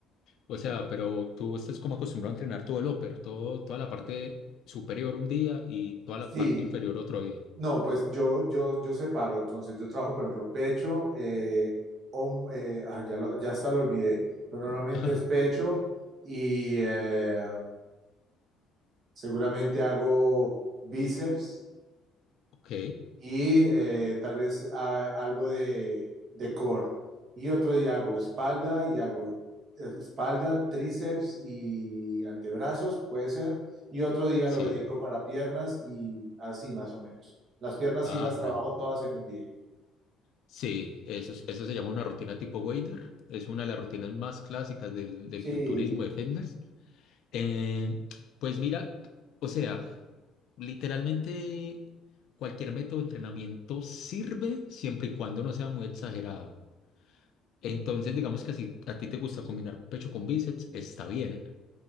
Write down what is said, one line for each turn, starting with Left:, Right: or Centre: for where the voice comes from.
Left: O sea, pero tú estás como acostumbrado a entrenar todo el upper, todo, toda la parte superior un día y toda
Right: Sí,
Left: la parte inferior otro día.
Right: No, pues yo, yo, yo separo, entonces yo trabajo, por ejemplo, pecho, eh, hom- eh, ah, ya, lo- ya hasta lo olvidé, pero normalmente
Left: <laughs> Ajá.
Right: es pecho y eh, seguramente hago bíceps
Left: Ok,
Right: y eh, tal vez ah, algo de, de core. Y otro día hago espalda y hago eh, espalda, tríceps y antebrazos, puede ser. Y otro día
Left: sí.
Right: lo dedico para piernas y así más o menos. Las piernas
Left: Ah,
Right: sí las trabajo
Left: claro.
Right: todas en un día.
Left: Sí, eso, es- eso se llama una rutina tipo wader. Es una de las rutinas más clásicas del, del
Right: Sí,
Left: culturismo de fitness. Eh, pues mira, o sea, literalmente cualquier método de entrenamiento sirve siempre y cuando no sea muy exagerado. Entonces, digamos que si a ti te gusta combinar pecho con bíceps, está bien.